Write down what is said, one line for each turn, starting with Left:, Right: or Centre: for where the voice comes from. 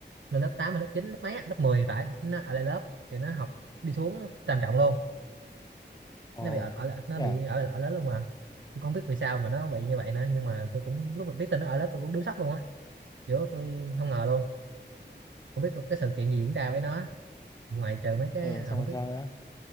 Right: lên lớp 8 hay lớp 9 lớp mấy á, lớp 10 phải nó ở lại lớp kiểu nó học đi xuống trầm trọng luôn
Left: ồ
Right: nó bị ở, ở lại- nó
Left: thế
Right: bị
Left: à
Right: ở ở lớp luôn mà tôi không biết vì sao mà nó bị như vậy nữa nhưng mà tôi cũng lúc mà biết tin nó ở lớp tôi cũng đứng sốc luôn á kiểu tôi không ngờ luôn không biết cái sự kiện gì diễn ra với nó ngoại trừ mấy cái
Left: ờ
Right: à,
Left: xong
Right: không
Left: rồi
Right: biết
Left: sao nữa